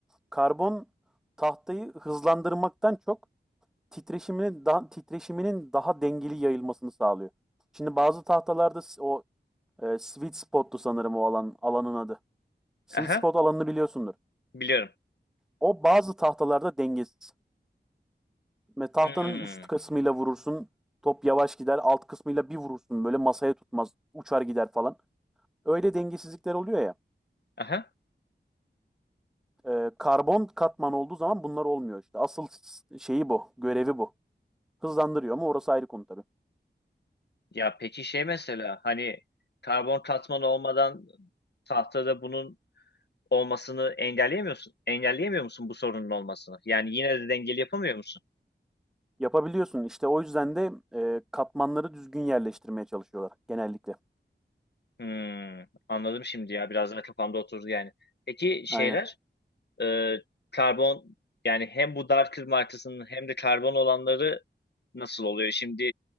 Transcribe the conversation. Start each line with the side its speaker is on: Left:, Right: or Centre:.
Centre: Karbon tahtayı hızlandırmaktan çok titreşiminin daha, titreşiminin daha dengeli yayılmasını sağlıyor. Şimdi bazı tahtalarda s- o e, sweet spot'tu sanırım o alan alanın adı. Sweet
Left: Aha
Centre: spot alanını biliyorsundur.
Left: biliyorum.
Centre: O bazı tahtalarda dengesiz. Ve tahtanın
Left: Hmm.
Centre: üst kısmıyla vurursun. Top yavaş gider. Alt kısmıyla bir vurursun böyle masaya tutmaz. Uçar gider falan. Öyle dengesizlikler oluyor ya.
Left: Aha.
Centre: Ee, karbon katman olduğu zaman bunlar olmuyor işte. Asıl şeyi bu. Görevi bu. Hızlandırıyor ama orası ayrı konu tabii.
Left: Ya peki şey mesela hani karbon katman olmadan tahtada bunun olmasını engelleyemiyorsun. Engelleyemiyor musun bu sorunun olmasını? Yani yine de dengeli yapamıyor musun?
Centre: Yapabiliyorsun. İşte o yüzden de e, katmanları düzgün yerleştirmeye çalışıyorlar genellikle.
Left: Hmm, anladım şimdi ya biraz daha kafamda oturdu yani. Peki şeyler
Centre: Aynen.
Left: e, karbon yani hem bu dark kır markasının hem de karbon olanları nasıl oluyor? Şimdi